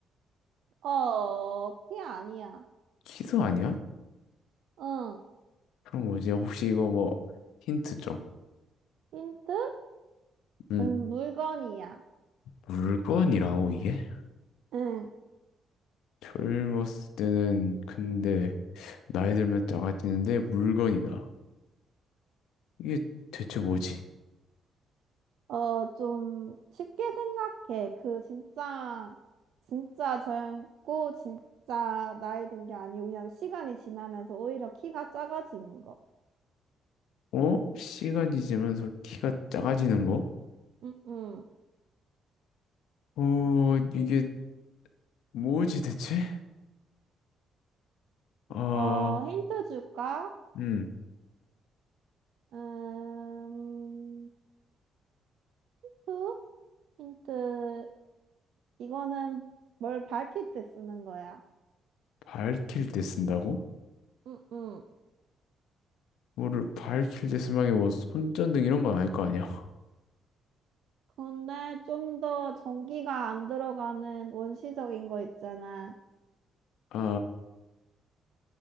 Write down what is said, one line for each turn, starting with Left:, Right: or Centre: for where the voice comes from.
Right: 어, 피 아니야.
Left: 키도 아니야?
Right: 응.
Left: 그럼 뭐지? 혹시 이거 뭐 힌트 좀.
Right: 힌트?
Left: 음,
Right: 음, 물건이야.
Left: 물건이라고 이게?
Right: 응.
Left: 젊었을 때는 근데 나이 들면 작아지는데 물건이다. 이게 대체 뭐지?
Right: 어, 좀 쉽게 생각해. 그 진짜 진짜 젊고 진짜 나이 든 게 아니고 그냥 시간이 지나면서 오히려 키가 작아지는 거.
Left: 어? 시간이 지나면서 키가 작아지는 거?
Right: 응, 응.
Left: 어, 이게 뭐지 대체? 아,
Right: 어, 힌트 줄까?
Left: 음,
Right: 음, 투? 힌트. 이거는 뭘 밝힐 때 쓰는 거야.
Left: 밝힐 때 쓴다고?
Right: 응, 응.
Left: 뭐를 밝힐 때 쓰면 이게 뭐 손전등 이런 건 아닐 거 아니야?
Right: 근데 좀 더 전기가 안 들어가는 원시적인 거 있잖아.
Left: <laughs> 아,